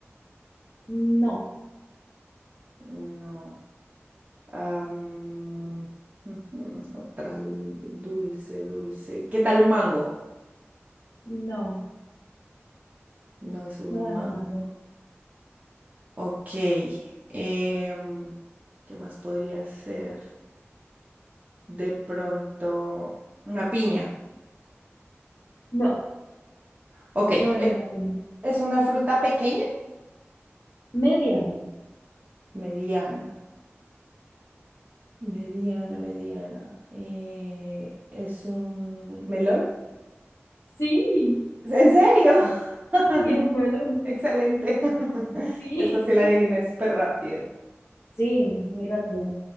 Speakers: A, on the left; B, on the right.
A: No,
B: No. Am, ujú, otra du- dulce, dulce. ¿Qué tal un mango?
A: no,
B: No es un
A: no es
B: mango.
A: un mango.
B: Ok. em, ¿qué más podría ser? De pronto, una piña.
A: No,
B: Ok.
A: no es
B: ¿Es,
A: un piña.
B: es una fruta pequeña?
A: Mediano.
B: Mediana. Mediana, mediana. Eh, ¿es un melón?
A: Sí,
B: ¿En serio? <laughs>
A: sí, es un melón.
B: Excelente. <laughs>
A: Sí.
B: Esta sí la
A: <laughs>
B: adiviné súper rápido.
A: Sí, muy rápido.